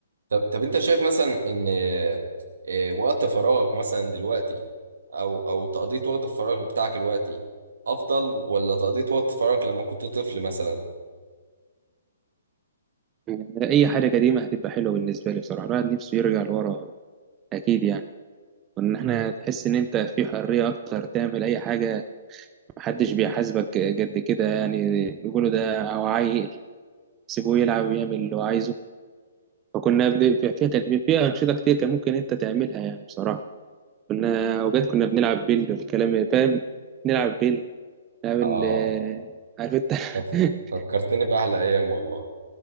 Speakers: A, on the right (about 80°); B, on the right (about 20°).
A: طب طب انت شايف مثلا ان آه، وقت فراغ مثلا دلوقتي او او تقضيه وقت الفراغ بتاعك دلوقتي افضل ولا تقضيه وقت فراغك لما كنت طفل مثلا
B: يعني اي حاجه قديمه هتبقى حلوه بالنسبه لي بصراحه الواحد نفسه يرجع لورا اكيد يعني وان احنا تحس ان انت في حريه اكتر تعمل اي حاجه محدش بيحاسبك قد كده يعني يقولوا ده او عيل سيبوه يلعب ويعمل اللي هو عايزه فكنا بن- فيها كانت فيها انشطه كتير كان ممكن انت تعملها يعني بصراحه كنا اوقات كنا بنلعب بيل والكلام فاهم نلعب بيل نلعب ال-
A: اه
B: عارف انت
A: طب
B: <laughs>
A: فكرتني باحلى ايام والله